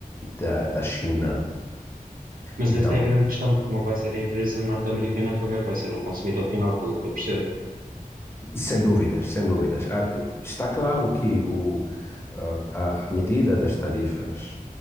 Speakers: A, on the left (about 15°); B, on the right (about 75°).
A: da, da China.
B: Mas
A: Então,
B: essa é a grande questão, porque não vai ser a empresa norte-americana a pagar, vai ser o consumidor final, pelo que eu percebo.
A: Sem dúvidas, sem dúvidas. Ah, que- Está claro que o, ah, a a medida das tarifas,